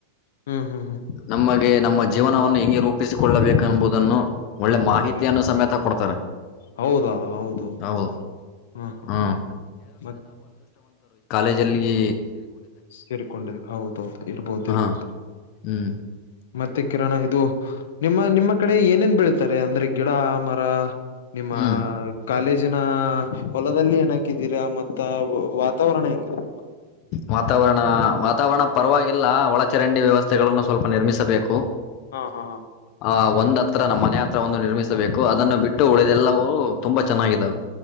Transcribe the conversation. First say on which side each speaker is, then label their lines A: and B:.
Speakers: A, on the left (about 80°); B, on the left (about 45°).
A: ಹ್ಮ್ ಹ್ಮ್ ಹ್ಮ್
B: ನಮಗೆ ನಮ್ಮ ಜೀವನವನ್ನು ಹೆಂಗೆ ರೂಪಿಸಿಕೊಳ್ಳಬೇಕು ಎಂಬುದನ್ನು ಒಳ್ಳೆ ಮಾಹಿತಿಯನ್ನು
A: ಅವ್ರಿ
B: ಸಮೇತ ಕೊಡ್ತಾರೆ
A: ಹೌದಾ ಹೌದ ಹೌದುೌದು
B: ಹೌದು
A: ಹಾ ಹ
B: ಹ್ಮ್
A: ಮೆ
B: ಜಲ್ಲಿಿ
A: ಸೇರಿಕೊಂಡಿದ್ದ ಹೌದೌದು ಇರ್ಬೋದು
B: ಹ
A: ಇರ್ಬೋದು
B: ಹ್ಮ್
A: ಮತ್ತೆ ಕಿರಣ ಇದು ನಿಮ್ಮ ನಿಮ್ಮ ಕಡೆ ಏನೇನ್ ಬೆಳಿತಾರೆ ಅಂದ್ರೆ ಗಿಡ ಮರ ನಿಮ್ಮ
B: ಹ್ಮ್
A: ಕಾಲೇಜಿನ ಹೊಲದಲ್ಲಿ ಏನ ಹಾಕಿದ್ದೀರಾ ಮತ್ತ ವಾತಾವರಣ ಹೆಂಗರಾ
B: ವಾತಾವರಣ ವಾತಾವರಣ ಪರವಾಗಿಲ್ಲ ಒಳಚರಂಡಿ ವ್ಯವಸ್ಥೆಗಳನ್ನು ಸ್ವಲ್ಪ ನಿರ್ಮಿಸಬೇಕು
A: ಹಾ ಹಾ ಹಾ
B: ಆ ಒಂದ್ ಹತ್ರ ನಮ್ಮ್ ಮನೆ ಹತ್ರ ಒಂದು ನಿರ್ಮಿಸಬೇಕು ಅದನ್ನು ಬಿಟ್ಟು ಉಳದೆಲ್ಲರು ತುಂಬಾ ಚೆನ್ನಾಗಿದಾವವು